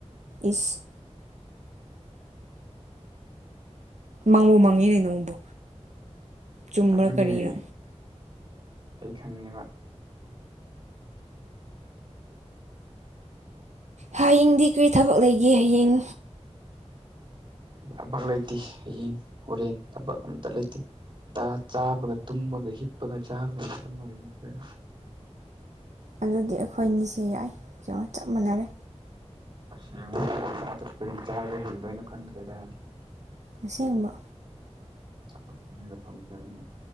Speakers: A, on the right; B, on the right.
A: ꯏꯁ ꯃꯪꯕꯨ ꯃꯪꯉꯤꯅꯦ ꯅꯣꯡꯕꯨ ꯆꯨꯝꯕ꯭ꯔꯥ
B: ꯑꯗꯨꯅꯦ
A: ꯀꯔꯤꯔꯥ
B: ꯑꯩ ꯈꯪꯉꯦꯕ
A: ꯍꯌꯦꯡꯗꯤ ꯀꯔꯤ ꯊꯕꯛ ꯂꯩꯒꯦ ꯍꯌꯦꯡ
B: ꯊꯕꯛ ꯂꯩꯇꯦ ꯍꯌꯦꯡ ꯍꯣꯔꯦꯟ ꯊꯕꯛ ꯑꯝꯇ ꯂꯩꯇꯦ ꯆꯥꯕꯒ ꯇꯨꯝꯃꯒ ꯍꯤꯞꯄꯒ ꯆꯥꯕꯒ ꯇꯨꯝꯃꯒ ꯍꯤꯞꯄꯒ
A: ꯑꯗꯨꯗꯤ ꯑꯩꯈꯣꯏꯅꯤꯁꯦ ꯌꯥꯏ ꯆꯞ ꯃꯥꯟꯅꯔꯦ
B: ꯑꯁ ꯌꯦꯡꯉꯨꯅꯦ ꯍꯧꯖꯤꯛꯀꯤ ꯃꯇꯝꯁꯦ ꯀꯔꯤ ꯆꯥꯔꯒ ꯍꯤꯡꯗꯣꯏꯅꯣ ꯈꯪꯗꯦꯗ
A: ꯑꯁꯦꯡꯕ
B: ꯊꯕꯛꯅꯒ ꯐꯪꯗꯕꯅꯦ